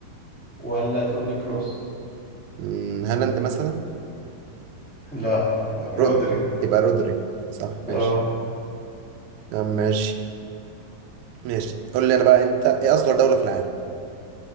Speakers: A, in the centre; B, on the right.
A: ولا توني كروس
B: مم، هالاند مثلا
A: لا رودري
B: رود يبقى رودري صح
A: اه
B: ماشي يا عم ماشي ماشي قول لي انا بقى انت ايه اصغر دولة في العالم